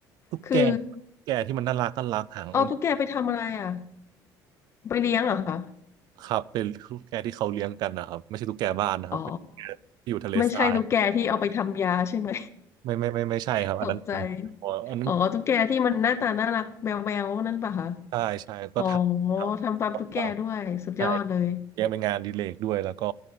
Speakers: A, on the right; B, on the left.
A: ตุ๊กแกตุ๊กแกที่มันน่ารักน่ารักหางอ้น
B: คือเอาตุ๊กแกไปทำอะไรอะไปเลี้ยงเหรอคะ
A: ครับเป็นตุ๊กแกที่เขาเลี้ยงกันนะครับไม่ใช่ตุ๊กแกบ้านนะครับเป็นตุ๊กแกที่อยู่ทะเลทราย
B: อ๋อไม่ใช่ตุ๊กแกที่เอาไปทำยาใช่ไหม
A: ไม่ไม่ไม่ไม่ใช่ครับอันนั้น
B: <laughs> ตกใจ
A: อันนั้น
B: อ๋อตุ๊กแกที่มันหน้าตาน่ารักแมวๆนั่นปะคะ
A: ใช่ใช่ก็ทำท
B: อ๋อทำฟาร์มตุ๊กแกด้วยสุดยอดเลย
A: ำฟาร์มใช่เลี้ยงเป็นงานอดีเลกด้วยแล้วก็